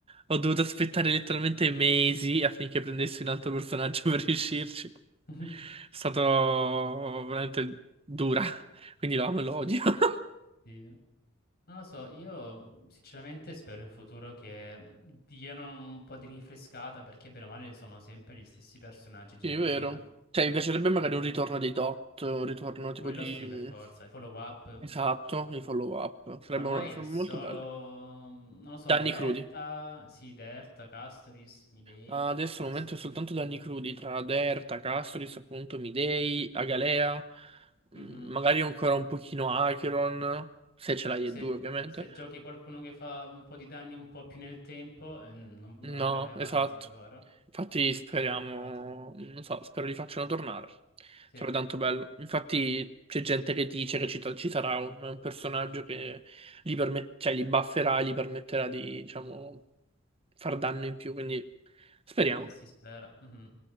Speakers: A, on the right; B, on the left.
A: Ho dovuto aspettare letteralmente mesi affinché prendessi un altro personaggio <laughs> per riuscirci. È
B: <laughs>
A: stato veramente dura, quindi lo amo e lo odio. <laughs>
B: Sì. Non lo so, io mh, sinceramente spero in futuro che diano un po' di rinfrescata perché bene o male sono sempre gli stessi personaggi gira
A: Sì, è vero.
B: e gira.
A: Cioè, mi piacerebbe magari un ritorno dei Dot, un ritorno tipo
B: Quello
A: di...
B: sì, per forza, i follow up.
A: Esatto, i follow-up. Sarebbero
B: Ormai
A: sarebbero
B: è solo,
A: molto belli.
B: mh, non lo so,
A: Danni
B: Derta,
A: crudi.
B: sì, Derta, Castoris, Midei
A: Ah, Adesso
B: e basta.
A: al momento è soltanto danni crudi tra Derta, Castoris, appunto, Midei, Agalea,
B: Mhm.
A: mm, magari ancora un pochino Acheron, se ce l'hai
B: Se,
A: e due ovviamente.
B: se giochi qualcuno che fa un po' di danni un po' più nel tempo, eh, non, non
A: No,
B: andrai mai avanti
A: esatto.
B: per ora.
A: Infatti speriamo,
B: Peccato.
A: non so, spero li facciano tornare.
B: Sì,
A: Sarebbe tanto bello. Infatti c'è gente che dice che ci, ci sarà un, un personaggio che li, permet- cioè, li bufferà, gli permetterà di, diciamo, far danno in più, quindi speriamo.
B: eh, si spera. Mhm.